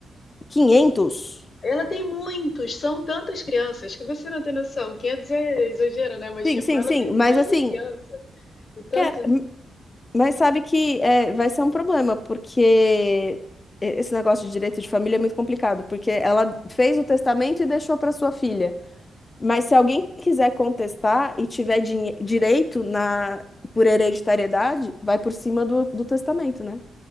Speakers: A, on the left (about 30°); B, on the left (about 50°).
A: quinhentos
B: Ela tem muitos, são tantas crianças que você não tem noção. 500 é exagero, né? Mas,
A: Sim,
B: tipo,
A: sim,
B: ela
A: sim.
B: tem tanta
A: Mas assim,
B: criança e tanto,
A: cara, m- mas sabe que é, vai ser um problema, porque esse negócio de direito de família é muito complicado, porque ela fez o testamento e deixou para sua filha. Mas se alguém quiser contestar e tiver dinhe- direito na por hereditariedade, vai por cima do, do testamento, né?